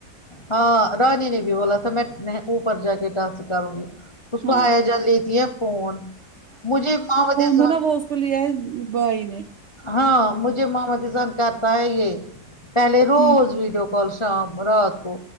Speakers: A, on the left; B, on the right.
A: ہاں رانی نے بھی بولا تھا میں نہیں اوپر جا کے ڈانس کروں گی اس کو
B: ہاں
A: ہیا جان لیتی ہے فون مجھے ماما جان
B: میں نا وہ اس کو لیا ہے بائی نے
A: ہاں مجھے محمدزن کرتا ہے یہ پہلے روز
B: ہوں
A: ویڈیو کال شام رات کو